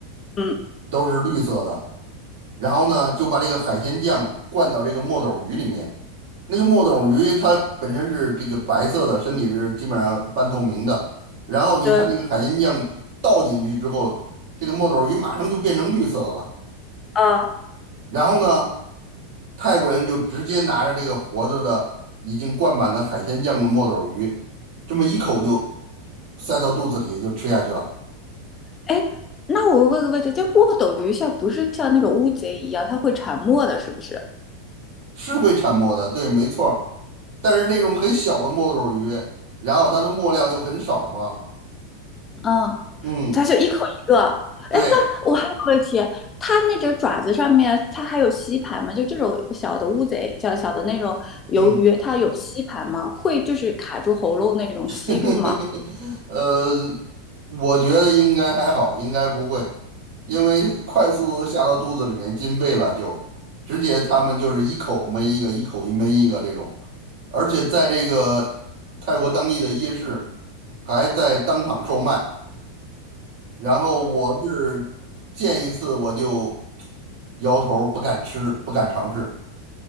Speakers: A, on the left (about 25°); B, on the right (about 55°).
A: 嗯，
B: 都是绿色的。然后呢，就把这个海鲜酱灌到这个墨斗鱼里面。那个墨斗鱼它本身是这个白色的，身体是基本上半透明的。然后你看那个海鲜酱倒进去之后，
A: 对，
B: 这个墨斗鱼马上就变成绿色的了。
A: 啊，
B: 然后呢，泰国人就直接拿着这个活着的、已经灌满了海鲜酱的墨斗鱼，这么一口就塞到肚子里就吃下去了，
A: 哎，那我问个问题，就墨斗鱼像不是像那种乌贼一样，它会沉默的，是不是？
B: 是会产墨的，对，没错儿但是那种很小的墨斗鱼，然后它的墨料就很少嘛，
A: 嗯，
B: 嗯，
A: 它就一口一个。
B: 对，
A: 哎，但我还有个问题，它那个爪子上面它还有吸盘吗？就这种小的乌贼，叫小的那种鱿鱼，
B: 嗯。
A: 它有吸盘吗？会就是卡住喉咙那种吸住吗？
B: <laughs> 呃，我觉得应该还好，应该不会，因为快速度下到肚子里面进肺了就，直接他们就是一口闷一个，一口一闷一个这种，而且在这个泰国当地的夜市还在当场售卖，然后我是见一次我就摇头儿不敢吃，不敢尝试。